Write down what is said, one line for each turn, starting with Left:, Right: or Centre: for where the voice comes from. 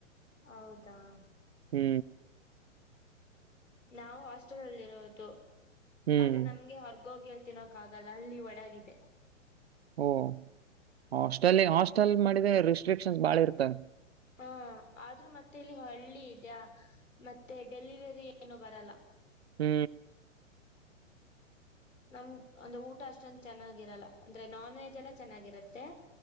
Left: ಹೌದಾ
Right: ಹೂ
Left: ನಾವು ಹಾಸ್ಟೆಲ್ ಅಲ್ಲಿ ಇರೋದು
Right: ಹ್ಮ್
Left: ಆದ್ರೆ ನಮ್ಗೆ ಹೊರ್ಗೋಗಿ ತಿನ್ನೋಕ್ ಆಗಲ್ಲ ಅಲ್ಲಿ ಒಳಗಿದೆ
Right: ಓ ಹಾಸ್ಟೆಲ್ ಹಾಸ್ಟೆಲ್ ಮಾಡಿದ ರಿಸಿಸ್ಟ್ರಿಕ್ಷನ್ಸ್ ಬಾಳ ಇರ್ತವೆ
Left: ಹಾ ಆದ್ರೂ ಮತ್ತೆ ಇಲ್ಲಿ ಹಳ್ಳಿ ಇದ್ಯಾ ಮತ್ತೆ ಡೆಲಿವರಿ ಏನು ಬರಲ್ಲ
Right: ಹೂ
Left: ನಮ್ ಒಂದು ಊಟ ಅಷ್ಟೊಂದ ಚೆನ್ನಾಗಿರಲ್ಲ ಅಂದ್ರೆ ನಾನ್ ವೆಜ್ ಎಲ್ಲ ಚೆನ್ನಾಗಿರತ್ತೆ